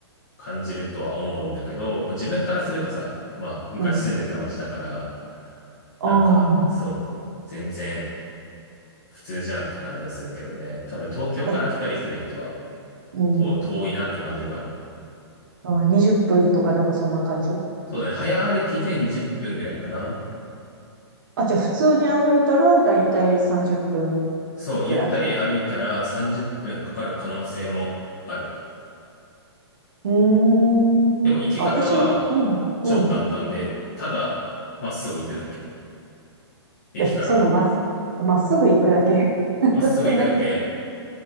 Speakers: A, on the left (about 35°); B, on the right (about 45°).
A: 感じるとは思うんだけど、自分からするとさ、まあ、昔住んでた町だから、
B: うん。ああ、
A: なんか、そう、全然普通じゃんって感じはするけどね。多分東京から来たりする人は、
B: な、うん。
A: と遠いなって感じるかも。
B: あ、20分とかなんかそんな感じ
A: そうだね。早歩きで20分ぐらいかな。
B: あ、じゃあ普通に歩いたらだいたい30分
A: そう、
B: くらい。
A: ゆったり歩いたら30分かかる可能性もある。
B: うーん。
A: でも行き方は、
B: あ、私、うん、
A: 超簡単で、
B: うん。
A: ただ、まっすぐ行くだけ。駅から。
B: え、そのまっす、まっすぐ行くだけ。<laughs>
A: まっすぐ行くだけ。
B: だけ、